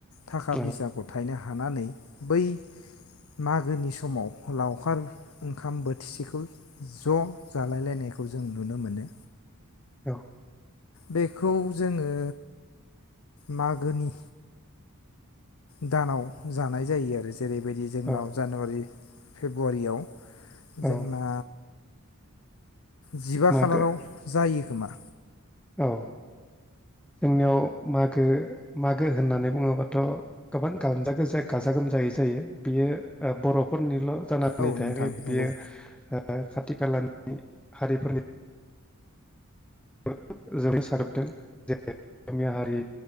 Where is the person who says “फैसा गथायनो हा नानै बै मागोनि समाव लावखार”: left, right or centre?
Left